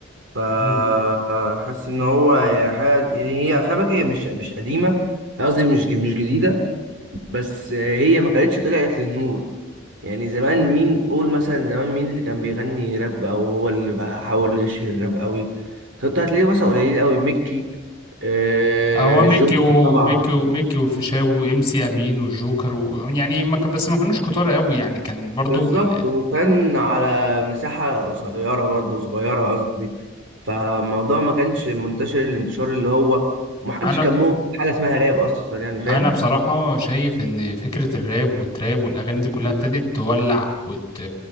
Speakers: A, on the right (about 70°); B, on the left (about 20°).
A: فحس
B: مم.
A: ان هو هي حاجه يعني هي خلي بالك هي مش مش قديمه قصدي مش مش جديده بس هي ما كانتش طلعت للنور يعني زمان مين قول مثلا زمان مين اللي كان بيغني راب او هو اللي بحاول يشهر الراب قوي كنت هتلاقيه مثلا قليل قوي ميكي آه
B: هو
A: الجوكر
B: ميكي وميكي
A: طبعا
B: وميكي والفيشاوي وام سي امين والجوكر و... يعني ما كان بس ما كانوش كتار قوي يعني كان برضو
A: بالظبط
B: ال...
A: وكان على مساحة قصيرة برضه صغيرة قصدي فالموضوع ما كانش منتشر الانتشار اللي هو محدش
B: انا
A: كان مؤمن حاجة اسمها راب اصلا يعني فاهم
B: انا بصراحه شايف ان فكره الراب والتراب والاغاني دي كلها ابتدت تولع وت...